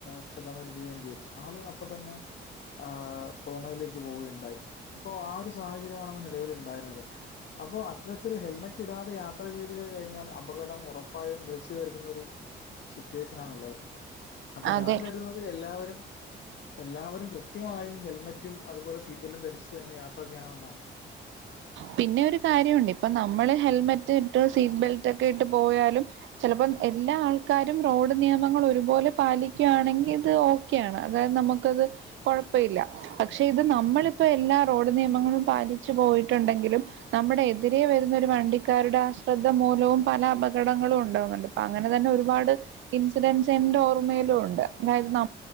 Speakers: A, on the left; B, on the right.
A: ക്ഷതമേൽുകയും ചെയ്തു ആള് അപ്പ തന്നെ ആ് കോമയിലേക്ക് പോവുകയുണ്ടായി അപ്പൊ ആ ഒരു സാഹചര്യമാണ നിലവൽ ഉണ്ടായിരുന്നത് അപ്പോ അത്തരത്തിൽ ഹെൽമെറ്റ് ഇടാതെ യാത്ര ചെയ്ത് കഴിഞ്ഞാൽ അപകടം ഉറപ്പായും വിളിച്ചു വരുത്തുന്ന ഒരു സിറ്റുവേഷന ആണുള്ളത് അപ്പൊ
B: അതെ
A: ഞാൻ കരുതുന്നത് എല്ലാവരും എല്ലാവരും കൃത്യമായും ഹെൽമറ്റും അതുപോലെ സീറ്റ് ബെൽറ്റ് ധരിച്ചു തന്നെ യാത്ര ചെയ്യണമെന്നാണ്
B: പിന്നെ ഒരു കാര്യുണ്ട് ഇപ്പൊ നമ്മള് ഹെൽമെറ്റ് ഇട്ട് സീറ്റ് ബെൽറ്റ് ഒക്കെ ഇട്ട് പോയാലും ചിലപ്പോം എല്ലാ ആൾക്കാരും റോഡ് നിയമങ്ങൾ ഒരുപോലെ പാലിക്കുകയാണെങ്കിൽ ഇത് ഓക്കെയാണ് അതായത് നമുക്കത് കൊഴപ്പ ഇല്ല പക്ഷെ ഇത് നമ്മളിപ്പോ എല്ലാ റോഡ് നിയമങ്ങളും പാലിച്ച് പോയിട്ട് ണ്ടെങ്കിലും നമ്മുടെ എതിരെ വരുന്ന ഒരു വണ്ടിക്കാരുടെ ആശ്രദ്ധ മൂലവും പല അപകടങ്ങളും ഉണ്ടാകുന്നുണ്ട് അപ്പ അങ്ങനെ തന്നെ ഒരുപാട് ഇൻസിഡൻസിന്റെ ഓർമ്മയിലും ഉണ്ട് അതായത് ന